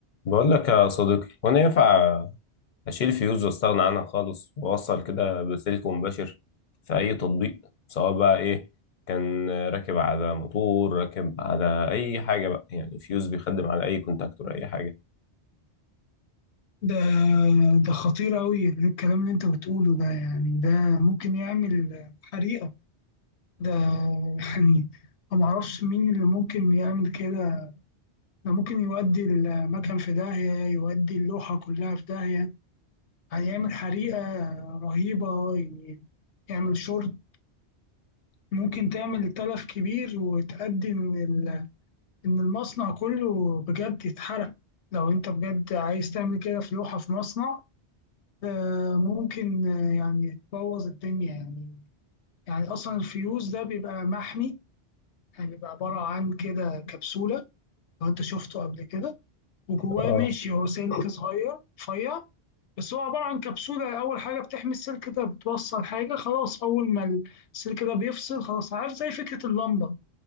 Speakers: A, on the left (about 55°); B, on the left (about 80°).
A: بقول لك يا صديقي وانا ينفع اشيل فيوز واستغنى عنها خالص واوصل كده بسلك مباشر في اي تطبيق سواء بقى ايه كان راكب على موتور راكب على اي حاجه بقى يعني فيوز بيخدم على اي كونتاكتور اي حاجه
B: ده ده خطير أوي الكلام اللي أنت بتقوله ده يعني ده ممكن يعمل حريقة ده يعني أنا معرفش مين اللي ممكن يعمل كده ده ممكن يودي المكان في داهية يودي اللوحة كلها في داهية يعني يعمل حريقة رهيبة ي- يعمل شورت ممكن تعمل تلف كبير وتأدي إن ال- إن المصنع كله بجد يتحرق لو أنت بجد عايز تعمل كده في لوحة في مصنع آه، ممكن آه، يعني تبوظ الدنيا يعني يعني اصلا الفيوز ده بيبقى محمي يعني بيبقى عباره عن كده كبسوله لو انت شفته قبل كده وجواه
A: اه
B: ماشي هو سلك صغير رفيع بس هو عباره عن كبسوله اول حاجه بتحمي السلك ده بتوصل حاجه خلاص اول ما السلك ده بيفصل خلاص عارف زي فكره اللمبه